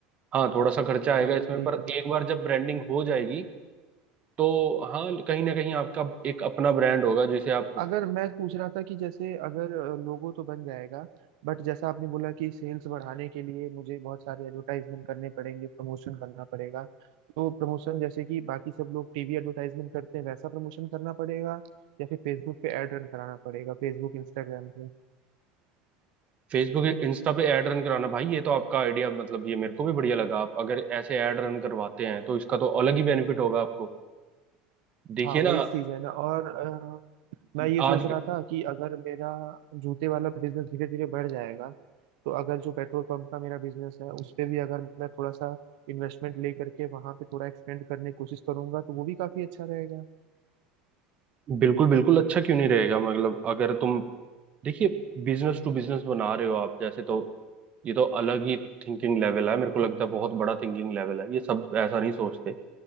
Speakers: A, on the right (about 35°); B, on the right (about 75°).
A: हाँ थोड़ा सा खर्चा आएगा
B: चलो
A: इसमें
B: ठीक
A: पर
B: है
A: एक बार जब ब्रांडिंग हो जाएगी तो हाँ कहीं ना कहीं आपका एक अपना ब्रांड होगा जिसे आप
B: अगर मैं पूछ रहा था कि जैसे अगर लोगो तो बन जाएगा बट जैसा आपने बोला कि सेल्स बढ़ाने के लिए मुझे बहुत सारे एडवर्टाइजमेंट करने पड़ेंगे प्रमोशन करना पड़ेगा तो प्रमोशन जैसे कि बाकी सब लोग टीवी एडवर्टाइजमेंट करते हैं वैसा प्रमोशन करना पड़ेगा या फिर फेसबुक पे एड रन कराना पड़ेगा फेसबुक इंस्टाग्राम पे
A: फेसबुक इंस्टा पे ऐड रन कराना भाई ये तो आपका आइडिया मतलब ये मेरे को भी बढ़िया लगा आप अगर ऐसे ऐड रन करवाते हैं तो इसका तो अलग ही बेनिफिट होगा आपको देखिए
B: हाँ
A: ना
B: वही चीज है ना और अ, मैं ये
A: आज
B: सोच रहा था कि अगर मेरा जूते वाला बिजनेस धीरे धीरे बढ़ जाएगा तो अगर जो पेट्रोल पंप का मेरा बिजनेस है उस पे भी अगर मैं थोड़ा सा इन्वेस्टमेंट ले करके वहां पे थोड़ा एक्सपेंड करने की कोशिश करूंगा तो वो भी काफी अच्छा रहेगा
A: बिल्कुल बिल्कुल अच्छा क्यों नहीं रहेगा मतलब अगर तुम देखिए बिजनेस टू बिजनेस बना रहे हो आप जैसे तो ये तो अलग ही थिंकिंग लेवल है मेरे को लगता है बहुत बड़ा थिंकिंग लेवल है ये सब ऐसा नहीं सोचते